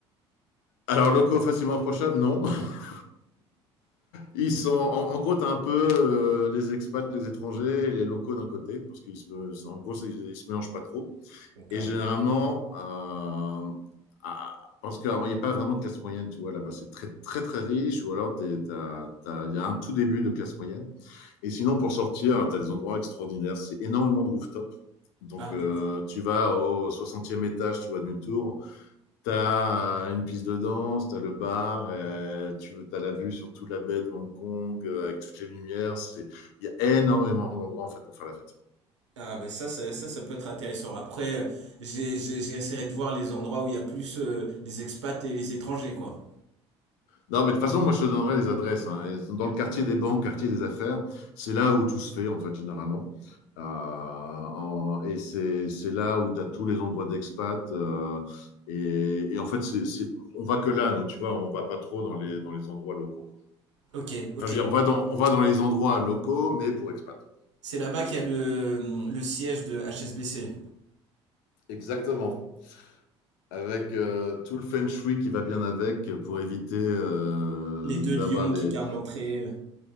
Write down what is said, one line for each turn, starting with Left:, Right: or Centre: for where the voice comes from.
Left: Alors, locaux facilement approchables, non. <laughs> Ils sont, en, en gros, t'as un peu euh, les expats, les étrangers, et les locaux d'un côté, parce qu'ils se, en gros, ils, ils se mélangent pas trop.
Right: D'accord.
Left: Et généralement, euh, ah, parce qu'il n'y a pas vraiment de classe moyenne, tu vois, là-bas, c'est très, très, très riche, ou alors il y a un tout début de classe moyenne. Et sinon, pour sortir, tu as des endroits extraordinaires. C'est énormément de rooftop. Donc,
Right: Ah,
Left: euh,
Right: donc-
Left: tu vas au soixantième étage, tu vois, d'une tour. Tu as une piste de danse, tu as le bar, et tu as la vue sur toute la baie de Hong Kong euh, avec toutes les lumières. C'est- Il y a énormément d'endroits, en fait, pour faire la fête.
Right: ah ben ça, ça, ça, ça peut être intéressant. Après, euh, j'ai, j'ai, j'ai essayé de voir les endroits où il y a plus euh, les expats et les étrangers, quoi.
Left: Non, mais de toute façon, moi, je te donnerai les adresses. hein. Elles sont Dans le quartier des banques, quartier des affaires, c'est là où tout se fait, en fait, généralement. Euh, en- et c'est c'est là où tu as tous les endroits d'expat. euh, et, et en fait, c'est, c'est, on va que là, nous, tu vois, on va pas trop dans les, dans les endroits locaux. quoi.
Right: Ok, ok.
Left: Enfin, je veux dire, on va dans, on va dans les endroits locaux, mais pour expat.
Right: C'est là-bas qu'il y a le, le siège de HSBC.
Left: Exactement. Avec euh, tout le feng shui qui va bien avec pour éviter euh,
Right: Les deux lions
Left: d'avoir les,
Right: qui gardent l'entrée.